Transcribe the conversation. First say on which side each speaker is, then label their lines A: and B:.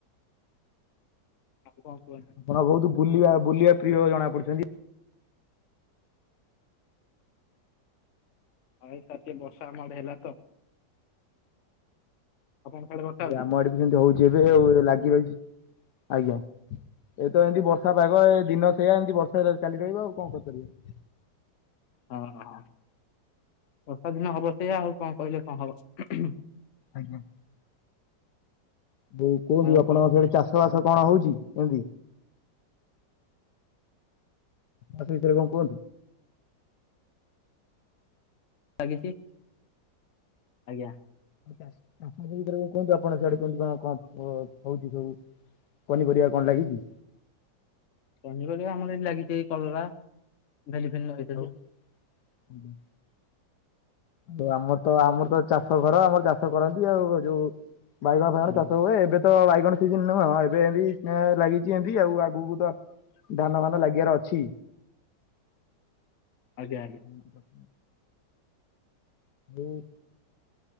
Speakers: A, on the left; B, on the left.
A: ଆଉ କଣ କୁହ?
B: ଆପଣ ବହୁତ ବୁଲିବା ବୁଲିବା ପ୍ରିୟ ଜଣା ପଡିଛନ୍ତି।
A: ଆ ଏଇପାଖି ବର୍ଷା ଆମ ଆଡେ ହେଲା ତ? ଆପଣଙ୍କ ସାଡେ ବର୍ଷା
B: ବି
A: ହଉଛି?
B: ଆମ ଆଡେ ବି ସେମିତି ହୋଉଛି ଏବେ ଆଉ ଲାଗି ରହିଛି। ଆଜ୍ଞା ଏ ତ ଏମିତି ବ ବର୍ଷା ପାଗ ଏଇ ଦିନ ସେୟା। ଏମିତି ବର୍ଷା ଚାଲି ରହିବ ଆଉ କଣ କରିପାରିବା।
A: ହଁ ହଁ ବର୍ଷା ଦିନ ହବ ସେଇୟା ଆଉ କଣ କହିଲେ କଣ ହବ। ହଁ
B: ଆଜ୍ଞା। ବୋଉ କୁହନ୍ତୁ
A: ଆଉ
B: ଆପଣଙ୍କ
A: କଣ
B: ସିଆଡେ
A: କଣ
B: ଚାଷ ବାସ କଣ ହଉଛି? କୁହନ୍ତି ଭିତରେ କଣ କୁହନ୍ତିୁ?
A: ବା କିିଛି? ଆଜ୍ଞା।
B: ଚାଷ ଭିତରେ କୁହନ୍ତୁ ଆପଣ ସେଆଡେ କେମିତି କଣ କଣ ହଉଛି ସବୁ? ପନିପରିବା କଣ ଲାଗିଛି?
A: ପନିପରିବା ଆମର ଏ ଲାଗିଛି ଏଇ କଲରା ଭେଣ୍ଡି ଫେଣ୍ଡି ଲଗେଇଛନ୍ତି।
B: ଆଉ ଆଜ୍ଞା। ଆଉ ଆମର ତ ଆମର ତ ଚାଷ କର ଆମର ତ ଚାଷ କରନ୍ତି ଆଉ। ଯୋଉ ବାଇଗଣ ଫାଇଗଣ
A: ହୁଁ।
B: ଚାଷ ହୁଏ। ଏବେ ତ ବାଇଗଣ ସିଜିନ ନୁହଁ। ଏବେ ଏମିତି ଲାଗିଛି ଏମିତି ଆଉ ଆଗକୁ ତ ଧାନ ଫାନ ଲାଗିବାର ଅଛି।
A: ଆଜ୍ଞା ଆଜ୍ଞା।
B: <unintelligible> ବୋଉ।